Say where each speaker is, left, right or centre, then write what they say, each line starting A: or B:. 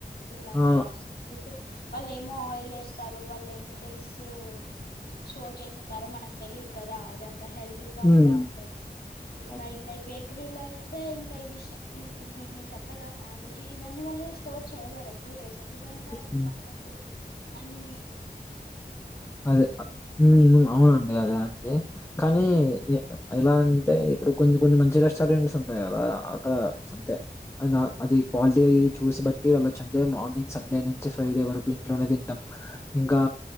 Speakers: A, on the left; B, on the left.
A: ఇలా
B: ఆ!
A: ఇంకా అయితే వాళ్ళు ఏమో ఆయిల్ వేస్తారు వాళ్ళు ఎన్ని డేసు స్టోర్ చేసి ఉంటారు మనకు తెలీదు కదా అది అంత హెల్దీ అలా
B: హ్మ్.
A: కూడా ఉండదు ఇంకా
B: అవును.
A: ఇంకా బేకరీలో అయితే ఇంకా విష్ ఇవన్నీ నేను చెప్పా కదా శాండ్విచ్ ఇవన్నీ వాళ్ళు స్టోర్ చేయలేరు ఇప్పుడు రైస్ ఎందుకంటా అవి
B: హ్మ్.
A: పడి అని
B: అదే ఉమ్ అవునండి అదే అండి కానీ
A: ఉమ్.
B: అయినా అంటే ఇప్పుడు కొన్ని కొన్ని మంచి రెస్టారెంట్స్ ఉంటాయి కదా అటా అంతే అదా అది క్వాలిటీ అయ్యి చూసి బట్టి వెళ్లొచ్చు అంటే మార్నింగ్ సండే నుంచి ఫ్రైడే వరకు ఇంట్లోనే తింటాం ఇంకా